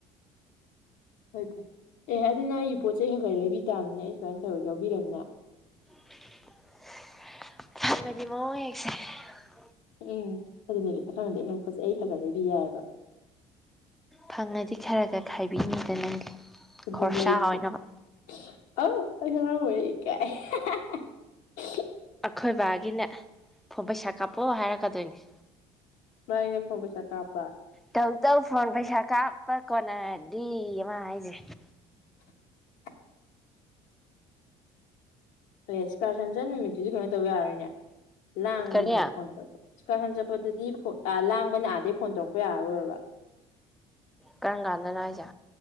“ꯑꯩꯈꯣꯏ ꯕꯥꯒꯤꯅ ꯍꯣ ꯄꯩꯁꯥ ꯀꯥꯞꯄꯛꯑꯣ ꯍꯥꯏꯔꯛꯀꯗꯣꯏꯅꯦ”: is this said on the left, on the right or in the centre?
Centre